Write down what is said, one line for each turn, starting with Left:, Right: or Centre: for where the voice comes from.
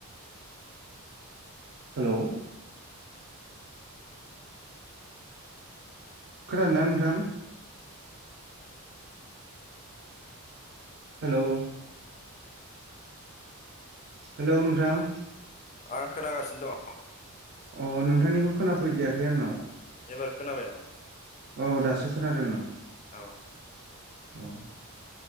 Right: हेलौ खोनादोंना नोंथां हेल' हेल' नोंथां
Left: आं खोनागासिनो दं
Right: अ नोंथांनिखौ खोनाफैदियाखै आंनाव
Left: एबार खोनाबाय नामा
Right: औ दासो खोनादों ओं
Left: औ
Right: औ